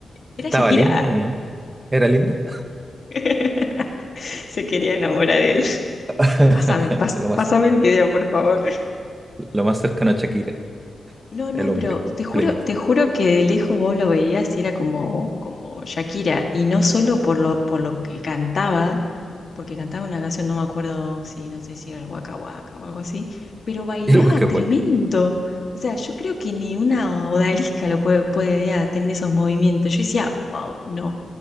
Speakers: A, on the left; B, on the right.
A: era
B: ¿Estaba
A: Shakira.
B: lindo o no? ¿Era lindo?
A: <laughs> Se quería enamorar de él.
B: <laughs>
A: Pásame, pas-
B: Lo más,
A: pásame el video, por favor.
B: lo más cercano a Shakira,
A: No, no,
B: el hombre
A: pero te juro,
B: que le imita.
A: te juro que de lejos vos lo veías y era como, como Shakira, y no solo por lo, por lo que cantaba, porque cantaba una canción, no me acuerdo si, no sé si era el Waka Waka o algo así, pero
B: <laughs>
A: bailaba
B: Y el hueque
A: tremendo.
B: hueque.
A: O sea, yo creo que ni una odalisca lo puede, puede ya, tener esos movimientos. Yo decía, wow, no,